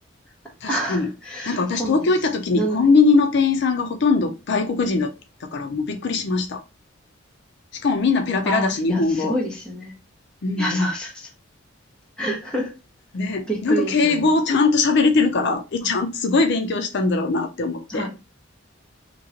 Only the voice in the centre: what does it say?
<laughs>
そうなんです。なので、
ああ、
いや、すごいですよね。
いや、そうそうそう。<laughs>
びっくりですよね。
あ、
はい。